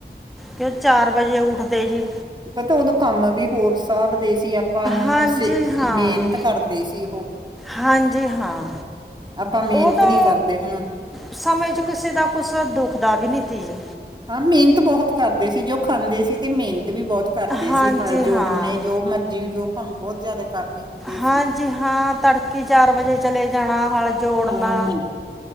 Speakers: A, in the centre; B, on the right (about 25°).
A: ਤੜਕੇ ਚਾਰ ਵਜੇ ਉੱਠਦੇ ਜੀ।
B: ਪਤਾ ਉਦੋਂ। ਕੰਮ ਵੀ ਹੋਰ ਸਾਭ ਦੇ ਸੀ ਆਪਾਂ ਨੂੰ
A: ਹਾਂਜੀ
B: ਸ
A: ਹਾਂ
B: ਮਿਹਨਤ ਕਰਦੇ ਸੀ। ਉਹ
A: ਹਾਂਜੀ ਹਾਂ
B: ਆਪਾਂ ਮਿਹਨਤ
A: ਉਦੋਂ
B: ਨੀ ਕਰਦੇ ਹੁਣ
A: ਸਮੇਂ 'ਚ ਕਿਸੇ ਦਾ ਕੁਛ ਦੁਖਦਾ ਵੀ ਨਹੀਂ ਤੀ ਜੀ
B: ਹਾਂ ਮਿਹਨਤ ਬਹੁਤ ਕਰਦੇ ਸੀ ਜੋ ਖਾਂਦੇ ਸੀ। ਤੇ ਮੇਨ। ਮਿਹਨਤ ਵੀ ਬਹੁਤ ਕਰਦੇ
A: ਹਾਂਜੀ
B: ਸੀ ਹਲ
A: ਹਾਂ
B: ਜੋੜਨ ਜੋ ਮਰਜੀ ਜੋ ਕੰਮ। ਬਹੁਤ ਜ਼ਿਆਦਾ। ਕਰਨੇ ਹੁੰਦੇ ਸੀ
A: ਹਾਂਜੀ ਹਾਂ ਤੜਕੀ ਚਾਰ ਵਜੇ ਚਲੇ। ਜਾਣਾ ਹਲ। ਜੋੜਨਾ
B: ਤਾਂ